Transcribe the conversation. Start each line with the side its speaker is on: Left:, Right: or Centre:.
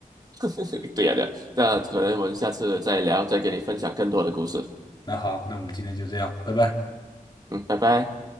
Right: <laughs> 对呀、对呀、那可能我们下次再聊，再给你分享更多的故事。
Left: 那好，那我们今天就这样，拜拜。
Right: 嗯，拜拜。